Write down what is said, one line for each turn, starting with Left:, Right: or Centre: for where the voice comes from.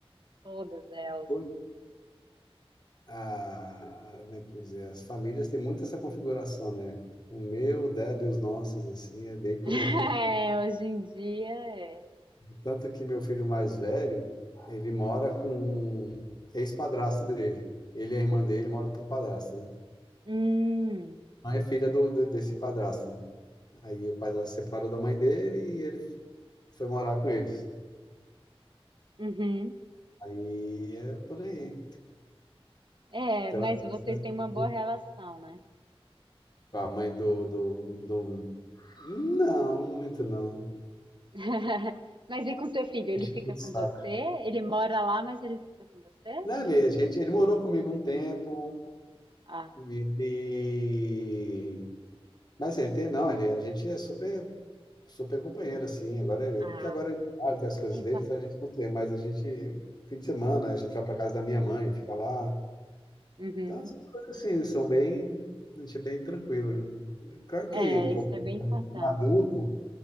Right: Todas elas,
Left: famílias. a, como é que eu vou dizer, as famílias têm muito essa configuração, né? O meu, o dela e os nossos, assim, é bem por
Right: <laughs>
Left: aí.
Right: É, hoje em dia é.
Left: <laughs> Tanto que meu filho mais velho, ele mora com um ex-padrasto dele. Ele e a irmã dele moram com um padrasto, né?
Right: Hum,
Left: Mãe é filha do, de- desse padrasto. né? Aí o padrasto separou da mãe dele e ele foi morar com eles.
Right: uhum.
Left: Aí é por aí.
Right: É,
Left: Então,
Right: mas
Left: é essas
Right: vocês
Left: coisas
Right: têm uma
Left: que eu digo.
Right: boa relação, né?
Left: com a mãe do, do, do... Não, muito não.
Right: <laughs> Mas e com seu filho? Ele
Left: Enchendo
Right: fica
Left: o
Right: com
Left: saco.
Right: você? Ele mora lá, mas ele fica com você?
Left: Não, ele, a gente, ele morou comigo um tempo,
Right: Ah,
Left: ele... Mas ele tem, não, ele, a gente é super, super companheiro, assim, agora, ele-
Right: ah,
Left: porque agora ele trabalha, tem as
Right: isso
Left: coisas
Right: é importante.
Left: dele, então a gente não tem, mas a gente, fim de semana, a gente vai para casa da minha mãe, fica lá,
Right: Uhum.
Left: então, essas coisas assim, são bem, a gente é bem tranquilo. Claro que,
Right: É,
Left: como
Right: isso é bem importante.
Left: um adulto,